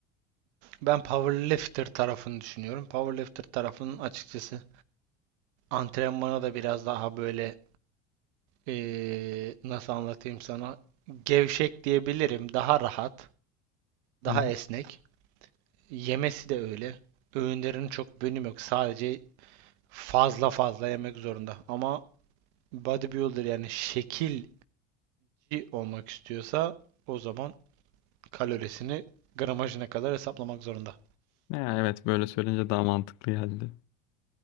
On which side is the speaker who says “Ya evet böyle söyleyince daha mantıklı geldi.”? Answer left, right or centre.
Left